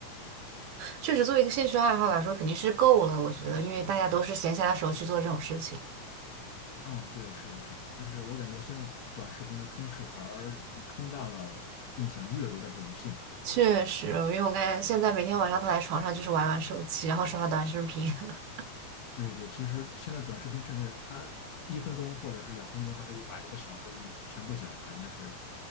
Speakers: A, on the right; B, on the left.
A: 确实作为一个兴趣爱好来说，肯定是够了，我觉得，因为大家都是闲暇的时候去做这种事情。
B: 啊，对，是的，是的。但是我感觉现在短视频的充斥反而冲淡了更想阅读的这种兴趣。
A: 确实，因为我感觉现在每天晚上躺在床上就是玩玩手机，然后刷刷短视频。<laughs>
B: 对对，其实现在短视频甚至它一分钟或者是两分钟，它可以把一部小说给你全部讲完。但是，